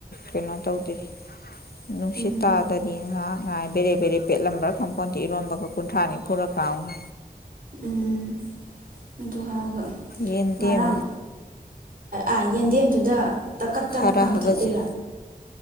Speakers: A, on the left; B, on the right.
A: ꯀꯩꯅꯣ ꯇꯧꯗꯦ ꯅꯨꯡꯁꯤꯠ
B: ꯎꯝ
A: ꯇꯥꯗꯗꯤ ꯉꯥꯏꯥꯛ ꯉꯥꯏ ꯕꯔꯦ ꯕꯦ ꯄꯦꯠꯂꯝꯕ꯭ꯔꯥ ꯀꯝꯄꯥꯎꯟꯗ ꯏꯔꯣꯟꯝꯕꯒ ꯀꯨꯟꯊ꯭ꯔꯥ ꯅꯤꯝꯐꯨꯔꯛ ꯀꯥꯝꯃ
B: ꯎꯝ ꯑꯗꯨ ꯍꯥꯏꯔꯒ
A: ꯌꯦꯟꯗꯦꯝ
B: ꯉꯔꯥꯡ ꯑꯥ ꯌꯦꯟꯗꯦꯝꯗꯨꯗ ꯇꯈꯠꯇꯅ
A: ꯈꯔ
B: ꯀꯥꯝꯊꯠꯂꯤꯔꯥ
A: ꯍꯥꯒꯠꯆꯩ